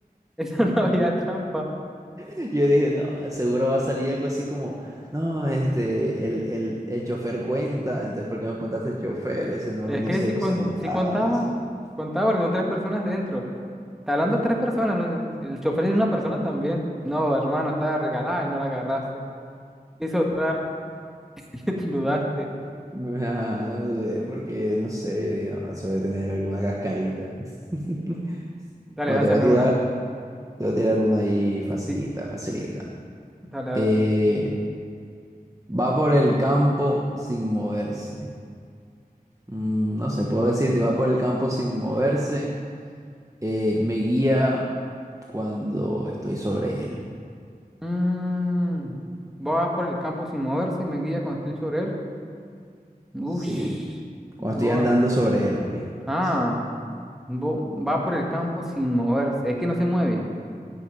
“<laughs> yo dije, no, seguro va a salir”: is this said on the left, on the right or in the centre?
Right